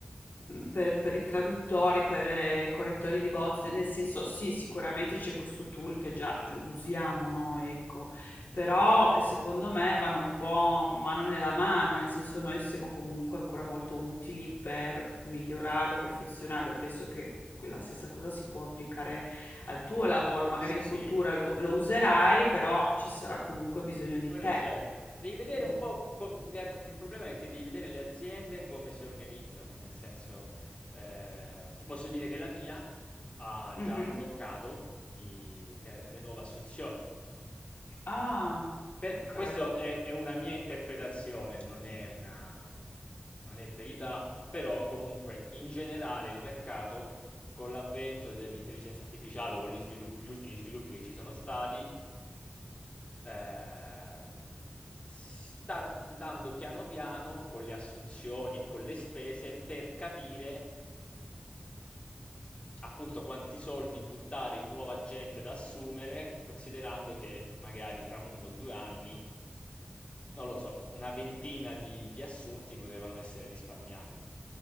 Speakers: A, on the left; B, on the left.
A: mh, per, per i traduttori, per eh, i correttori di bozze, nel senso, sì, sicuramente c'è questo tool che già usiamo noi, ecco, però eh, secondo me vanno un po' mano nella mano, nel senso noi siamo comunque ancora molto utili per migliorarlo, perfezionarlo, penso che la stessa cosa si può applicare al tuo lavoro, magari
B: Sì,
A: in
B: sì,
A: futuro lo, lo userai, però ci sarà comunque bisogno di
B: quello
A: te.
B: certo. Devi vedere
A: Mm.
B: un po' com- le a- il problema è che devi vedere le aziende come si organizzano, nel senso, eh, ti posso dire che la mia ha
A: Mhm.
B: già bloccato i- le, le nuove assunzioni.
A: Ah,
B: Per-
A: ok.
B: questo è, è una mia interpretazione, non è una, non è verità, però comunque in generale il mercato, con l'avvento dell'intelligenza artificiale o con gli, svilup- gli ultimi sviluppi che ci sono stati, eh, sta andando piano piano con le assunzioni e con le spese per capire Appunto, quanti soldi buttare in nuova gente da assumere, considerando che magari fra 1 o 2 anni, non lo so, una ventina di, di assunti potevano essere risparmiati.